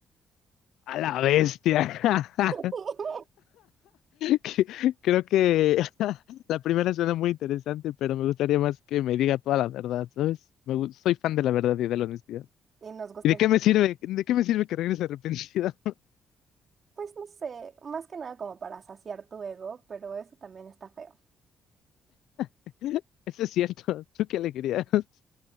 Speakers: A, on the left; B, on the right.
A: A la bestia. <laughs>
B: <laughs>
A: Que- Creo que <laughs> la primera suena muy interesante, pero me gustaría más que me diga toda la verdad, ¿sabes? Me gu- soy fan de la verdad y de la honestidad.
B: Y nos gusta
A: ¿Y de
B: el...
A: qué me sirve? ¿De qué me sirve que regrese arrepentido?
B: Pues no sé, más que nada como para saciar tu ego, pero eso también está feo.
A: <laughs> Eso es cierto. ¿Tú qué alegría? <laughs>